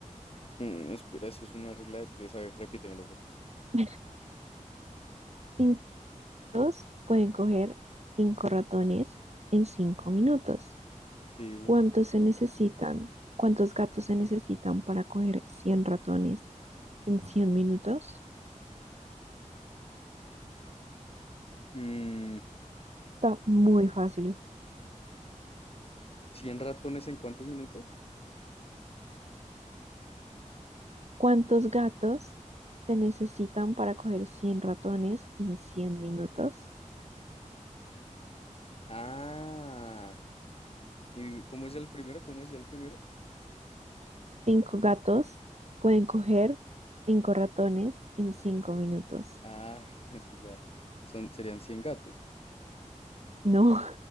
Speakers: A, on the left; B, on the right.
A: Mm, espera, eso es una regla de tres. A ver, repítemelo, porfa.
B: <laughs> Cinco gatos pueden coger cinco ratones en cinco minutos.
A: Sí.
B: ¿Cuántos se necesitan? ¿Cuántos gatos se necesitan para coger 100 ratones en 100 minutos?
A: Mm,
B: Está muy fácil.
A: ¿100 ratones en cuántos minutos?
B: ¿Cuántos gatos se necesitan para coger 100 ratones en 100 minutos?
A: Ah. ¿Y cómo es el primero? ¿Cómo decía el primero?
B: 5 gatos pueden coger 5 ratones en cinco minutos.
A: Ah, <laughs> sí, ya. Son, serían cien gatos.
B: No,